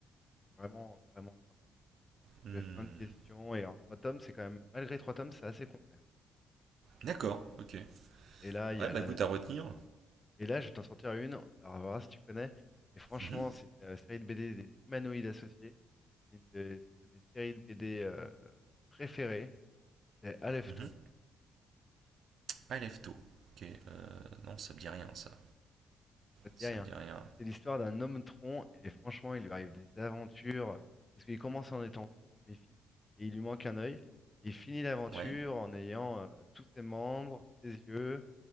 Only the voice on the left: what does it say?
C'est vraiment, vraiment sympa.
Tu lèves plein de questions. Et en trois tomes, c'est quand même, malgré trois tomes, c'est assez complet.
Et là, il
y a
la...
ouais. Et là, je vais t'en sortir une, alors on verra si tu connais. Et franchement,
c'est une euh, série de BD des humanoïdes associés. C'est une de, c'est une de mes séries de BD euh, préférées. C'est Alefto.
Ça te
dit rien.
C'est l'histoire d'un homme tronc et franchement, il lui arrive des aventures parce qu'il commence en étant tronc, mais il finit- et il lui manque un œil. Et il finit l'aventure
en ayant euh, tous ses membres, ses yeux.